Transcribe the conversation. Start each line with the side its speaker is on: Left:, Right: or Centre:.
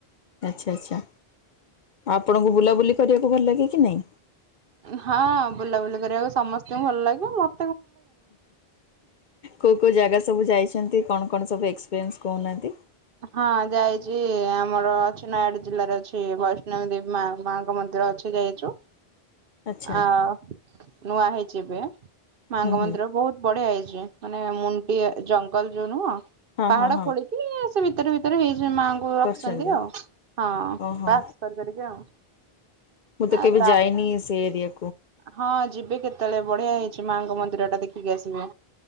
Left: ଆଚ୍ଛା, ଆଚ୍ଛା ଆପଣଙ୍କୁ ବୁଲାବୁଲି କରିବାକୁ ଭଲ ଲାଗେ କି ନାଇ?
Right: ହଁ ବୁଲାବୁଲି କରିବାକୁ ସମସ୍ତଙ୍କୁ ଭଲ ଲାଗିବ ମୋ
Left: କୋଉ କୋଉ ଜାଗା ସବୁ ଯାଇଛନ୍ତି? କଣ କଣ ସବୁ ଏକ୍ସପିରିଏନ୍ସ କହୁନାହାନ୍ତି?
Right: ହଁ ଯାଇଚି ଆମର ଅଛି ନୟାଗଡ ଜିଲ୍ଲାରେ ଅଛି ବୈଷ୍ଣବୀ ଦେବୀ ମା-ମାଙ୍କ ମନ୍ଦି ର ଅଛି ଯାଇଚୁ।
Left: ଆଚ୍ଛା
Right: ଆଉ ନୂଆ ହେଇଚି ଏବେ ମାଙ୍ଗ
Left: ହୁଁ ହୁଁ
Right: ମନ୍ଦିର ବୋହୁତ ବଢିଆ ହେଇଚି। ଚି ମାନେ ମୁଣ୍ଟି ଜଙ୍ଗଲ ଯୋଉ ନୁହଁ
Left: ହଁ
Right: ପାହାଡ
Left: ହଁ ହଁ
Right: ଖୋଳିକି ସେ ଭିତରେ ଭିତରେ ହେଇ ମାଆଙ୍କୁ ରଖିଛନ୍ତି
Left: କରିଛନ୍ତି
Right: ଆଉ ହଁ
Left: ଓହୋ।
Right: ବାସ କରି କରିକା ଆଉ।
Left: ମୁଁ ତ
Right: ଆଉ
Left: କେବେ
Right: ତା
Left: ଯାଇନି ସେ ଏରିଆ
Right: ହଁ ଯିବେ କେତେବେଳେ ବଢିଆ ହେଇଚି ମାଙ୍କ ମନ୍ଦିରଟା ଦେଖିକି ଆସିବେ।